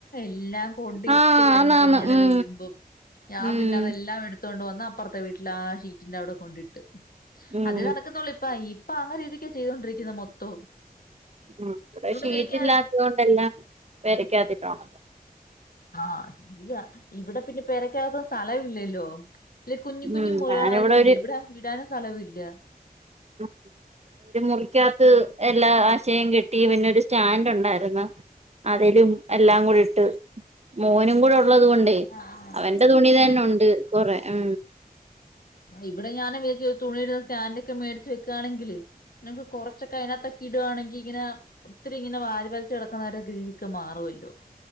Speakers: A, on the left (about 65°); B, on the right (about 45°).
A: എല്ലാം കൊണ്ട
B: ആ
A: ഇട്ട് കഴിഞ്ഞിട്ട്
B: ആന്നാന്ന്
A: ഈ മഴ
B: ഉം
A: പെയ്യുമ്പം ഞാൻ
B: ഉം
A: പിന്നെ അതെല്ലാം എടുത്തൊണ്ട് അ അപ്പുറത്തെ വീട്ടിൽ ആ ഷീറ്റിന്റെ അവിടെ കൊണ്ടിട്ട്
B: ഉം
A: അത് നടക്കുന്നുള്ളൂ ഇപ്പ ഇപ്പൊ അങ്ങനെ രീതിക്ക ചെയ്തൊണ്ടിരിക്കുന്ന മൊത്തവും
B: ഉ ഇവിടെ
A: തുണി
B: ഷീറ്റ്
A: വിരിക്കാൻ
B: ഇല്ലാത്തത് കൊണ്ട എല്ലാം പെരകക്കത്തിട്ട് ഉണക്ക
A: ആഹ് ശരിയാ ഇവിടെ പിന്നെ പെരക്കകത്ത് സ്ഥലമില്ലല്ലോ അല്ല കുഞ്ഞു
B: ഉം
A: കുഞ്ഞു മുറികളായതോണ്ടെ
B: ഞാനിവിടെ ഒരു
A: ഇവിടെ ഇടാനും സ്ഥലവൂല്ല
B: ഉം ഒരു മുറിക്കാത്ത് എല്ലാ ആശയം കിട്ടി പിന്നൊരു സ്റ്റാൻഡ് ഉണ്ടായിരുന്നു അതിലും എല്ലാം കൂടി ഇട്ട് മോനും കൂടെ ഉള്ളത് കൊണ്ടേ
A: അത്
B: അവന്റെ തുണി
A: ശരിയാ
B: തന്നെ ഉണ്ട് കൊറെ ആ
A: ഇവിടെ ഞാന് തുണിയിടുന്ന സ്റ്റാൻഡോക്കെ മേടി വെക്കുവാണെങ്കില് നമുക്ക് കുറച്ചൊക്കെ അതിനാത്തൊക്കെ ഇടുവാണെങ്കിൽ ഇങ്ങനെ ഒത്തിരി ഇങ്ങനെ വാരിവലിച്ച് കിടക്കുന്ന ഒരു രീതിയൊക്കെ മാറൂല്ലോ